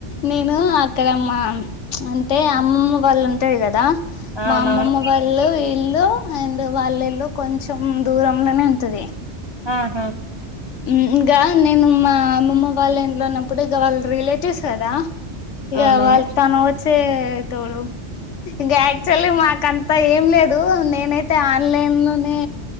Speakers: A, on the left (about 85°); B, on the right (about 30°).
A: నేను అక్కడ మా అంటే అమ్మమ్మ వాళ్ళుంటారు కదా
B: అవునవును
A: మా అమ్మమ్మ వాళ్ళు ఇల్లు అండ్ వాళ్ళ ఇల్లు కొంచెం దూరంలోనే ఉంటది
B: ఆహా
A: మ్మ్మ్మ్ ఇంగ నేను మా అమ్మమ్మ వాళ్ళ ఇంట్లో ఉన్నప్పుడు ఇక వాళ్ళ రిలేటివ్స్ కదా ఇగ
B: అవునవును
A: వాళ్ళ తను వచ్చే టోడు ఇంక యాక్చువల్లీ మాకం అంత ఏం లేదు నేనైతే ఆన్ లైన్ లోనే